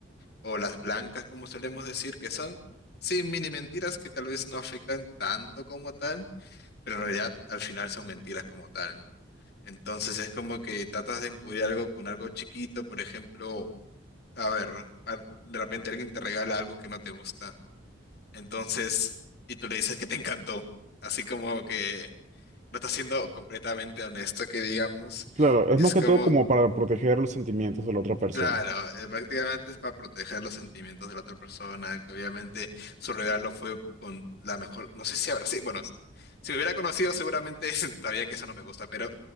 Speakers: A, on the left; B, on the right.
A: o las blancas como solemos decir, que son, sí, mini mentiras que tal vez no afectan tanto como tal pero en realidad al final son mentiras como tal, ¿no? Entonces es como que tratas de encubrir algo con algo chiquito, por ejemplo, a ver, a- de repente alguien te regala algo que no te gusta, entonces, y tú le dices que te encantó, así como que no estás siendo completamente honesto, que digamos,
B: Claro, es
A: y
B: más
A: es
B: que
A: como,
B: todo como para proteger los sentimientos de la otra persona.
A: Claro, eh, prácticamente es para proteger los sentimientos de la otra persona, que obviamente su regalo fue con la mejor, no sé si habrá sí, bueno, si me hubiera conocido seguramente <laughs> sabía que eso no me gusta, pero